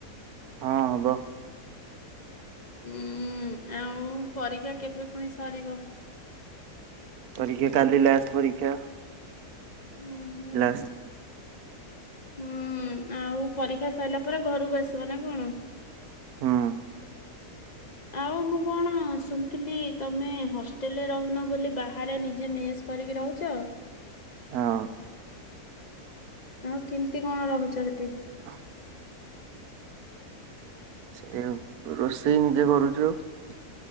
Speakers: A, on the right; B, on the left.
A: ହଁ ହବ।
B: ହୁଁ ଆଉ ପରୀକ୍ଷା କେବେ ପୁଣି ସରିବ?
A: ପରୀକ୍ଷା କାଲି ଲାଷ୍ଟ ପରୀକ୍ଷା।
B: ଓହୋ
A: ଲାଷ୍ଟ୍।
B: ହୁଁ ଆଉ ପରୀକ୍ଷା ସଇଲା ପରେ ଘରୁକୁ ଆସିବ ନା କଣ?
A: ହୁଁ।
B: ଆଉ ମୁଁ କଣ ଶୁଣିଥିଲି ତମେ ହଷ୍ଟେଲରେ ରହୁନ ବୋଲି ବାହାରେ ନିଜେ ମେ କରିକି ରହୁଛ।
A: ହଁ।
B: ଆଉ କେମିତି କଣ ରହୁଛ ସେଠି?
A: ହଁ। ସେ ରୋଷେଇ ନିଜେ କରୁଛୁ ଆ